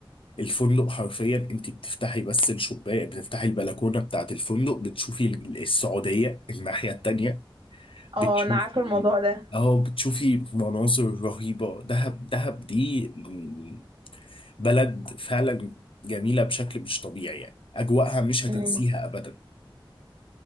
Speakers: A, on the left; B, on the right.
A: الفندق حرفيا أنت بتفتحي بس الشباك بتفتحي البلكونة بتاعت الفندق بتشوفي ال- السعودية الناحية التانية
B: اه
A: بتشوفي
B: أنا عارفة الموضوع ده
A: اه بتشوفي مناظر رهيبة دهب دهب دي م- بلد فعلا جميلة بشكل مش طبيعي يعني أجواءها مش هتنسيها
B: مم.
A: أبدا